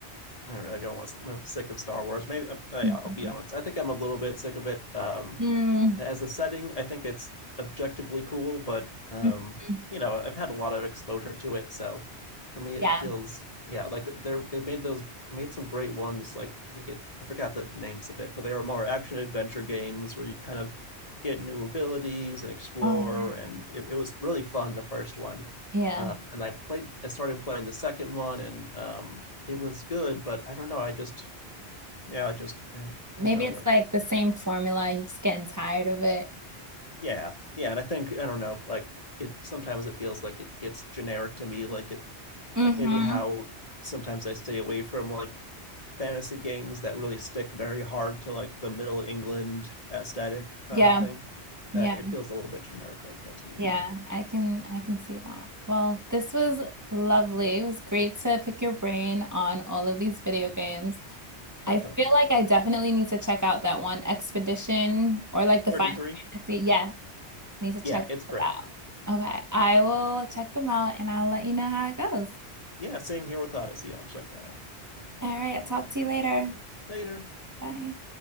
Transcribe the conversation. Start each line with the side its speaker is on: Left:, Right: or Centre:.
Left: I don't know. I don't want I'm sick of Star Wars. Maybe uh, yeah,
Right: <laughs>
Left: I'll be honest. I think I'm a little bit sick of it. Um,
Right: Mhm. Mm.
Left: as a setting, I think it's objectively cool, but um,
Right: Mhm.
Left: you know, I've had a lot of exposure to it, so for me it
Right: Yeah.
Left: feels yeah, like they're they've made those made some great ones. Like I think it's I forgot the names of it, but they were more action adventure games where you'd kind of get new abilities and explore,
Right: Oh yeah.
Left: and it, it was really fun the first one.
Right: Yeah.
Left: Um, and I played I started playing the second one, and um, it was good, but I don't know. I just yeah, I just eh, I
Right: Maybe
Left: don't know.
Right: it's
Left: Like
Right: like the same formula, you're just getting tired of it.
Left: yeah yeah and i think i don't know like it sometimes it feels like it gets generic to me like it
Right: Mm-hmm.
Left: like maybe how sometimes i stay away from like fantasy games that really stick very hard to like the middle england aesthetic kind
Right: Yeah.
Left: of thing
Right: Yeah.
Left: that it feels a little bit generic like that to me
Right: Yeah,
Left: now
Right: I can I can see that. Well, this was lovely. It was great to pick your brain on all of these video games.
Left: definitely
Right: I feel like I definitely need to check out that one Expedition or like the
Left: 33
Right: Final Fantasy. Yeah, need to check
Left: yeah it's great
Right: those out. Okay, I will check them out and I'll let you know how it goes.
Left: yeah same here with odyssey i'll check that out
Right: All right, I'll talk to you later.
Left: later
Right: Bye.